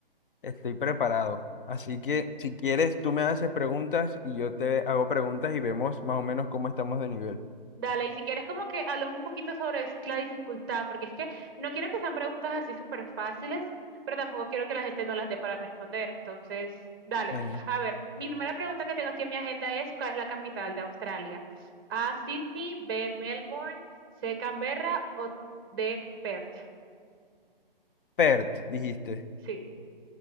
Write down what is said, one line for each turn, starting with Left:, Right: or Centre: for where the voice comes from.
Left: estoy preparado. Así que si quieres, tú me haces preguntas y yo te hago preguntas y vemos más o menos cómo estamos de nivel.
Right: Dale, y si quieres como que hablemos un poquito sobre es- la dificultad, porque es que no quiero que sean preguntas así súper fáciles, pero tampoco quiero que la gente no las dé para responder. Entonces, dale.
Left: Bueno,
Right: A ver, mi primera pregunta que tengo aquí en mi agenda es, ¿cuál es la capital de Australia? A, Sydney, B, Melbourne, C, Canberra o D, Perth.
Left: Pert, dijiste.
Right: Sí.